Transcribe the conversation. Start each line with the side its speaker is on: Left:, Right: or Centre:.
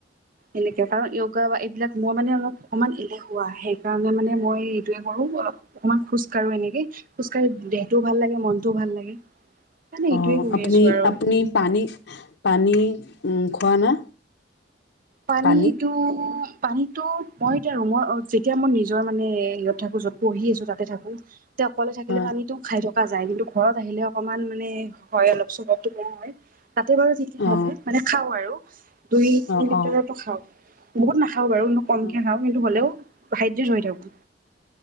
Right: এনেকে কাৰন। কা বা এইবিলাক মই মানে অলপ- অকণমান এলেহুৱা, সেইকাৰণে মানে মই এইটোৱে কৰোঁ, অ- অকমান খোজ কাঢ়ো এনেকে। খোজ কাঢ়ি দেহটোও ভাল লাগে, মনটোও ভাল লাগে। সেইকাৰণে এইটোৱে
Left: অ'
Right: কৰি
Left: আপুনি-
Right: আছো আৰু
Left: আপুনি পানী- পানী উম খোৱা না
Right: পানীটো।
Left: পানী
Right: পানীতো মই এতিয়া ৰুমৰ যেতিয়া মই নিজৰ মানে হেৰিয়ত থাকো য'ত পঢ়ি আছো তাতে থাকো তেতিয়া অকলে থাকিলে
Left: হয়
Right: পানীটো খাই দিও যায় কিন্তু ঘৰত আহিলে অকমান মানে হয় অলপ চলপো বম হয় তাতে বাৰু ঠিকেই
Left: অ
Right: আছে মানে খাওঁ আৰু। দুই তিনি
Left: অ
Right: লিটাৰো
Left: অ
Right: খাওঁ বহুত নাখাওঁ বাৰু কমকে
Left: অ
Right: খাওঁ কিন্তু হ'লেও ভাইটিৰ হয় তেওঁ